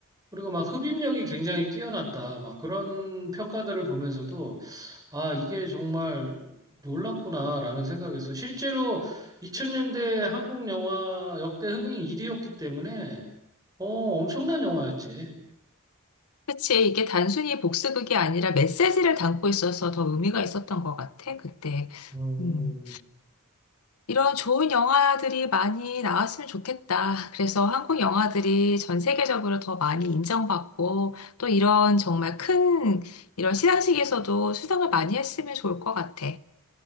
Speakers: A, on the right (about 15°); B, on the left (about 85°).
A: 그리고 막 흡입력이 굉장히 뛰어났다. 막 그런 평가들을 보면서도 아, 이게 정말 놀랐구나라는 생각에서 실제로 2000년대 한국 영화 역대 흥행 1위였기 때문에 어, 엄청난 영화였지.
B: 그치. 이게 단순히 복수극이 아니라 메시지를 담고 있어서 더 의미가 있었던 것 같아, 그때.
A: 음,
B: 음, 이런 좋은 영화들이 많이 나왔으면 좋겠다. 그래서 한국 영화들이 전 세계적으로 더 많이 인정받고 또 이런 정말 큰 이런 시상식에서도 수상을 많이 했으면 좋을 것 같아.